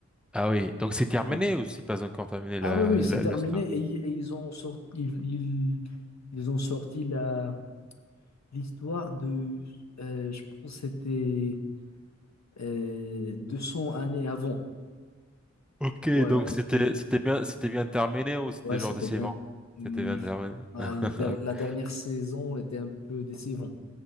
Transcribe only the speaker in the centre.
Ah oui. Donc c'est terminé
ou c'est pas encore terminé
la,
la,
la story?
Ok,
donc c'était,
c'était bien, c'était bien terminé ou c'était
genre décevant?
C'était bien terminé.
<laughs>